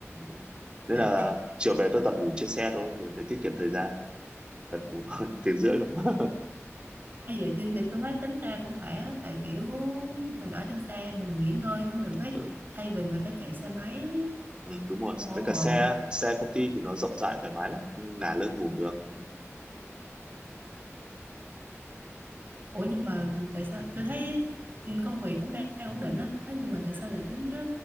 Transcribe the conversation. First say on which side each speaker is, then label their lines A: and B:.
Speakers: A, on the right; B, on the right.
A: Ừ. nên
B: à
A: là chiều về tôi toàn ngủ trên xe thôi rồi để tiết kiệm thời gian toàn ngủ thôi <laughs> tiếng rưỡi rồi. <laughs>
B: Ê, vậy thì, thì tôi thấy tính ra cũng khỏe á, tại kiểu mình ở trên xe mình nghỉ ngơi cũng được ấy
A: ừ.
B: thay vì mình phải chạy xe máy
A: Ừ, đúng rồi
B: ở
A: mấy
B: ngoài
A: cả xe xe công ty thì nó rộng rãi thoải mái lắm ngả lưng ngủ được Ừ.
B: ủa nhưng mà tại sao tôi thấy công việc cũng đang ổn định á nhưng mà tại sao lại tính ờ,